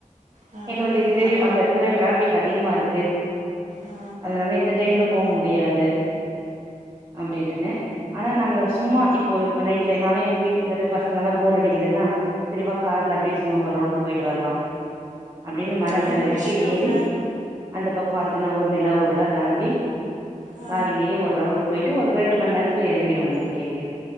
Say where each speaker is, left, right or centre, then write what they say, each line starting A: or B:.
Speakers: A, on the right; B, on the right.
A: அது
B: எங்களுக்கு இப்ப தெரியும் அந்த இடத்துல ட்ராஃபிக் அதிகமா இருக்கு
A: ஆ,
B: அதனால இந்த டைம்ல போ முடியாது அப்டின்ட்டேனே ஆனா நாங்க சும்மா இப் இப்போ இப்ப நைட்ல நானும் எங்க வீட்டுக்காரு பசங்கல்லாம் போர் அடி இதெல்லாம் தெளிவா கார்ல அப்டியே சும்மா ஒரு ரவுண்ட் போயிட்டு வரலாம் அப்டின்னு மல
A: நல்ல
B: மேல வரைக்கும்
A: விஷயங்க
B: ஏறி அந்த பக்கம் இத்தன ஊர் நிலாஊர்லாம் தாண்டி
A: ஆ,
B: கார்லயே ஒரு ரவுண்ட் போயிட்டு ஒரு ரெண்டு மணி நேரத்துல இறங்கிடுவோங்க கீழயே